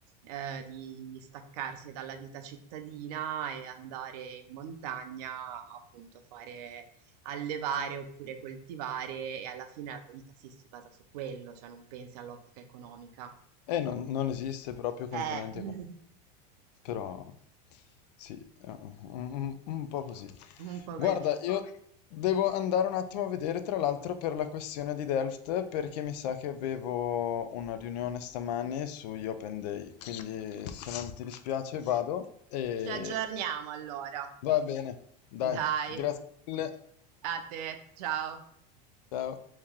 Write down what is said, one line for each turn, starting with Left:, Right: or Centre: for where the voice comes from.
Right: Eh, di di staccarsi dalla vita cittadina e andare in montagna, appunto, fare allevare oppure coltivare e alla fine la tua vita sì, si basa su quello, cioè non pensi all'ottica economica
Left: Eh, non, non esiste proprio componente
Right: eh, <laughs>
Left: economica, però sì, eh, un, un- un po' così.
Right: un po'
Left: Guarda,
Right: così.
Left: io devo andare un attimo a vedere, tra l'altro, per la questione di Delft, perché mi sa che avevo una riunione stamani sugli Open Day, quindi se non ti dispiace vado e
Right: Ci aggiorniamo allora.
Left: va bene, dai,
Right: Dai,
Left: grazie mille,
Right: a te, ciao.
Left: ciao.